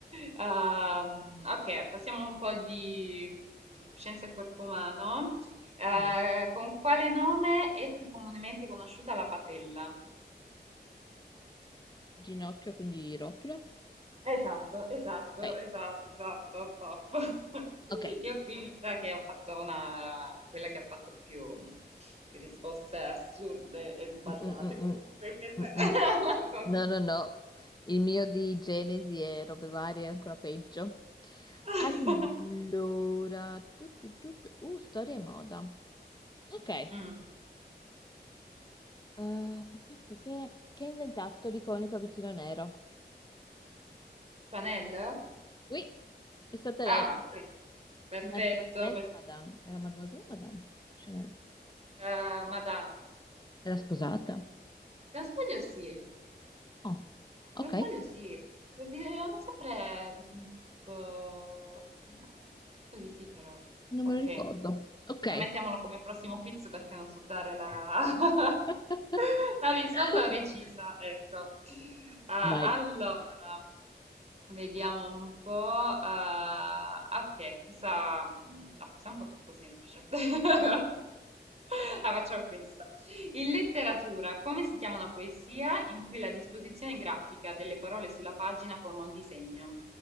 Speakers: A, on the right; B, on the left.
A: Ehm, ok, passiamo un po' di mm, scienza e corpo umano. Eh,
B: Mm.
A: con quale nome è più comunemente conosciuta la patella?
B: Ginocchio, quindi rotula?
A: Esatto, esatto,
B: Ok,
A: esatto, esatto, top. <laughs>
B: ok.
A: Io qui mi sa che ho fatto una, quella che ha fatto più, più risposte assurde e sbagliate
B: Mm, mm, mm,
A: comunque.
B: mm.
A: questa-
B: Mm, mm.
A: <laughs> con-
B: No, no, no, il mio di Genesi e robe varie è ancora peggio.
A: <laughs>
B: Allora, tu, tu, tu, tu- uh, storia e moda. Ok,
A: Mm.
B: Uh, pe- pe- pe- pe- che ha inventato l'iconico abitino nero?
A: Chanel?
B: Oui, è stata
A: Ah,
B: lei,
A: ok. Perfetto.
B: Mademoiselle
A: per-
B: o Madame? Era Mademoiselle o Madame Chanel?
A: eh, Madame.
B: Era sposata?
A: Se non sbaglio sì.
B: Oh, ok,
A: Se non sbaglio sì, lo di- l'hanno sempre definito tipo... signora- Credo di sì però.
B: non
A: Ok,
B: me lo ricordo. Ok.
A: non mettiamolo come prossimo quiz perché non so dare la, <laughs>
B: <laughs>
A: la risposta precisa, ecco. Ah,
B: Vai.
A: allora, Vediamo un po'. ah, ok, questa, mm, no, questa è un po' troppo semplice. <laughs> La facciamo questa. In letteratura, come si chiama una poesia in cui la disposizione grafica delle parole sulla pagina forma un disegno?